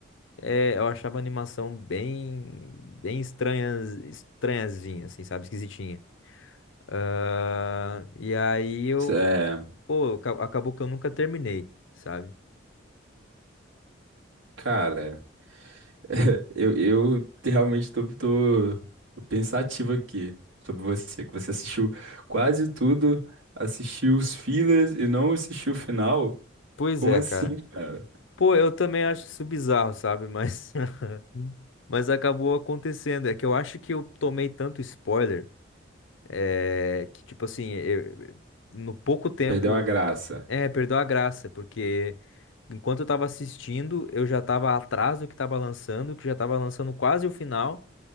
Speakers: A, on the left; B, on the right.
A: é, eu achava a animação bem, bem estranha, estranhazinha, assim, sabe, esquisitinha. Ah, e aí eu,
B: Cê- é,
A: pô, aca- acabou que eu nunca terminei, sabe?
B: Cara. <laughs> Eu, eu realmente tô, tô- tô pensativo aqui sobre você, que você assistiu quase tudo, assistiu os fillers e não assistiu o final.
A: Pois
B: Como
A: é,
B: assim,
A: cara.
B: cara?
A: Pô, eu também acho isso bizarro, sabe? <laughs> Mas Hum. Mas acabou acontecendo. É que eu acho que eu tomei tanto spoiler, é, que, tipo assim, eu- no pouco tempo,
B: Perdeu a graça.
A: é, perdeu a graça, porque enquanto eu tava assistindo, eu já tava atrás do que tava lançando, que já tava lançando quase o final.